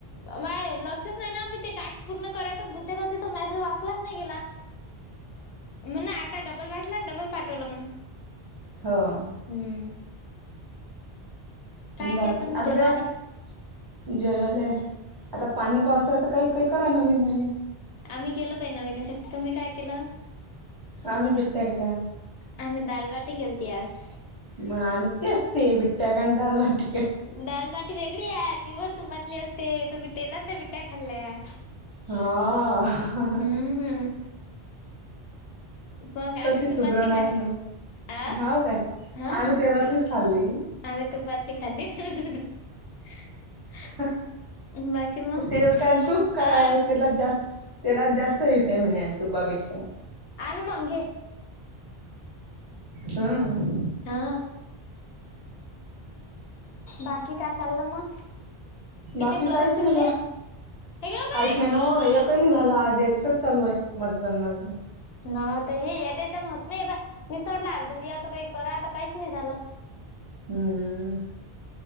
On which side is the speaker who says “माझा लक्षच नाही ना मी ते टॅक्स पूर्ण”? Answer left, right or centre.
Left